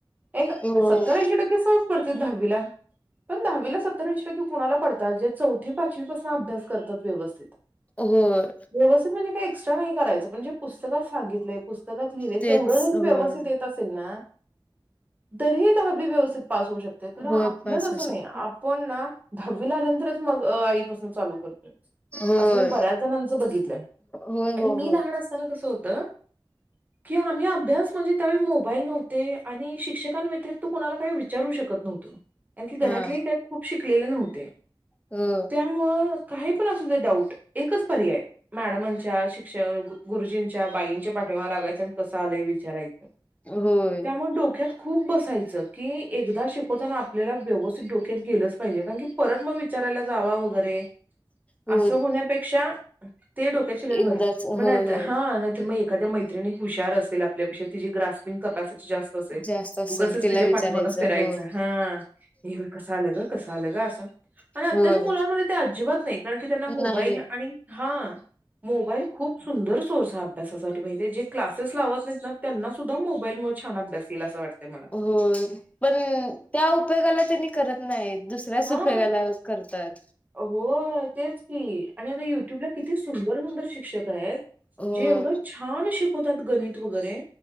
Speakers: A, on the right; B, on the left.
A: एक
B: होय
A: सत्तरऐंशी टक्के सहज पडतील दहावीला पण दहावीला सत्तरऐंशी टक्के कुणाला पडतात ज्या चौ चौथी पाचवीपासून अभ्यास करतात व्यवस्थित
B: होय
A: व्यवस्थित म्हणजे काय, नाही करायचं. पण जे पुस्तकात सांगितलेय पुस्तकात लिहिले.
B: तेच
A: तेवढं जरी
B: होय
A: व्यवस्थित येत असेल ना. तरी दहावी व्यवस्थित पास होऊ शकते. खर
B: होय
A: आपलं
B: पास
A: तस
B: होऊ
A: नाही
B: शकते
A: आपण ना दहावी आल्यां नंतरच मग, अस चालू करत्यात
B: होय
A: अस मी बऱ्याच जणांच बघितलं
B: होय हो
A: आणि मी
B: हो
A: लहान असताना कस होत. कसं होत, कि आम्ही अभ्यास म्हणजे तेंव्हा मोबाईल नव्हते आणि शिक शिक्षकां व्यतिरिक्त कोणाला काही विचारू शकत नव्हतं. कारण, की घरातलेही
B: हा
A: काही खूप शिकलेले नव्हते.
B: हो
A: त्यामुळं, काही पण असू दे डाऊट एकच पर्याय मॅडमांच्या, शिक्षक, गुरुजींच्या, बाईंच्या पाठी तेव्हा लागायच आणि कसं आलंय विचारायचं
B: होय
A: त्यामुळे डोक्यात खूप बसायचं. की एकदा शिकवताना आपल्याला व्यवस्थित डोक्यात गेलंच पाहिजे. कारण की परत मग विचार, करायला जावा वैगरे
B: हो
A: अस होण्यापेक्षा, ते डोक्यात शिरलेल
B: एकदाच
A: बर मग
B: होय
A: नाही
B: हो
A: हा नाहीतर मग एकाच मैत्रिणी हुशार असेल. आपल्यापेक्षा तिची ग्रास्पिंग कॅपिसिटी जास्त असेल.
B: जास्त असेल
A: उगचच
B: तिला
A: तुझ्या पाठीमागे
B: विचारायचं
A: फिरायचं
B: हो
A: हा हे कस आलं ग कसं आलं ग अस आणि आत्ताच्या
B: होय
A: मुलांमध्ये ते अजिबात नाही कारण की त्यांना मोबाईल
B: नाही
A: आणि हा मोबाईल खूप सुंदर चोर अभ्यासासाठी माहितीे जे क्लासेस लावत नाहीत ना त्यांना सुद्धा मोबाईलमुळे छान अभ्यास येईल असं वाटतं मला
B: होय पण त्या उपयोगाला त्यांनी करत नाही दुसऱ्याच
A: हा
B: उपयोगाला करतात
A: हो तेच की आणि आता युट्यूबला किती सुंदर सुंदर शिक्षक आहेत
B: होय
A: जे एवढं छान शिकवतात गणित वगैरे